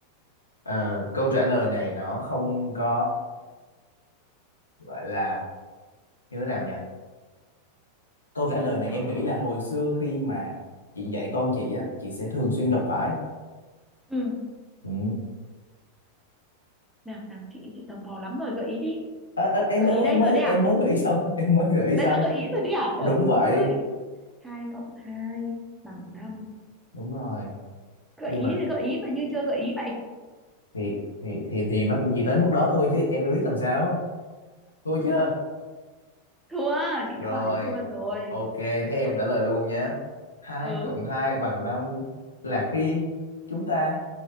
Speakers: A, on the left (about 75°); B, in the centre.
A: ờ, câu trả lời này nó không có gọi là như thế nào nhỉ? Câu trả lời này
B: đó
A: em nghĩ là hồi xưa khi mà chị dạy con chị á, chị sẽ thường xuyên gặp phải.
B: ừ
A: Ừ.
B: nào nào chị chị tò mò lắm rồi gợi ý đi
A: Ờ, ờ, em
B: gợi
A: em
B: ý đấy
A: em mới
B: rồi đấy à
A: em mới gợi ý xong <laughs> em mới gợi ý
B: đấy
A: xong
B: là gợi ý rồi đấy à
A: đúng
B: trời
A: vậy
B: ơi hai cộng hai bằng năm
A: đúng rồi
B: gợi
A: khi
B: ý
A: mà
B: thì gợi ý mà như chưa gợi ý vậy
A: thì thì thì thì nó cũng chỉ tới mức đó thôi chứ em đâu biết làm sao thôi chứ
B: thua chị
A: rồi
B: đã bảo chị thua rồi
A: ok thế em
B: ờ,
A: trả lời luôn nhé hai
B: ừ
A: cộng hai bằng năm là khi chúng ta